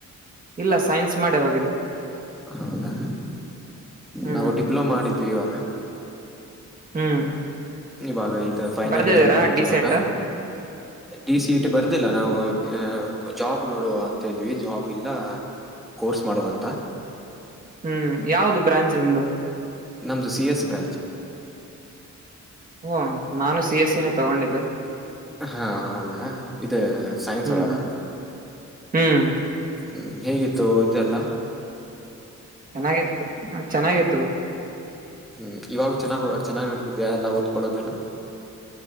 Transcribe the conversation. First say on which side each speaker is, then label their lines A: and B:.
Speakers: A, on the right; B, in the centre.
A: ಇಲ್ಲ ಸೈನ್ಸ್ ಮಾಡೇ ಹೋಗಿದ್ದು
B: ಹೌದಾ
A: ಹ್ಮ್
B: ನಾವು ಡಿಪ್ಲೊಮಾ ಮಾಡಿದ್ವಿ ಇವಾಗ
A: ಹ್ಮ್
B: ಇವಾಗ ಇ ಫೈನಲ್
A: ಬರ್ದಿದ್ದೀರಾ
B: ಇಯರ್ ಮುಗತಿ
A: ಡಿಸೆಟ್
B: ಇವಾಗ ಡಿ ಸಿ ಇಟಿ ಬರ್ದಿಲ್ಲ ನಾವು ಜಾಬ್ ನೋಡುವ ಅಂತ ಇದ್ವಿ ಜಾಬ್ ಇಲ್ಲ ಕೋರ್ಸ್ ಮಾಡುವ ಅಂತ
A: ಹ್ಮ್ ಯಾವ್ದ ಬ್ರಾಂಚ್ ನಿಮ್ದು
B: ನಮ್ದು ಸಿ ಎಸ್ ಬ್ರಾಂಚ್
A: ಹಓ ನಾನು ಸಿ ಎಸ್ಸ ನ ತಗೊಂಡಿದ್ದು
B: ಹಾ ಹೌದಾ ಇ ಸೈನ್ಸ್
A: ಹ್ಮ್
B: ಒಳಗ
A: ಹ್ಮ್
B: ಹ್ಮ್ ಹೇಗಿತ್ತು ಇದೆಲ್ಲದ
A: ಚೆನ್ನಾಗಿತ್ತು ಚೆನ್ನಾಗಿತ್ತು
B: ಹ್ಮ್ ಇವಾಗ ಚೆನ್ನಾಗ್ ಚೆನ್ನಾಗ್ ನಡತಿದ್ಯಾ ಎಲ್ಲ ಓದ್ಕೊಳ್ಳೋದೆಲ್ಲ